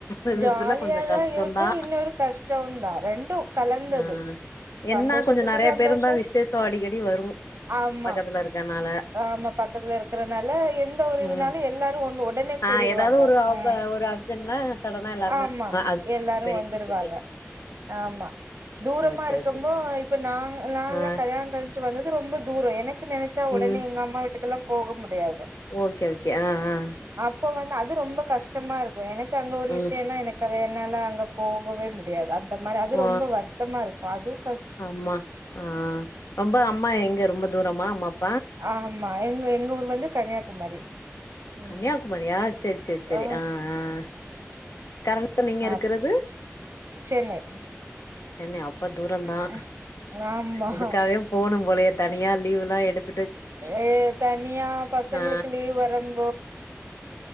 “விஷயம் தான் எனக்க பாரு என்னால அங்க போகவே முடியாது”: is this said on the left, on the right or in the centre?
Right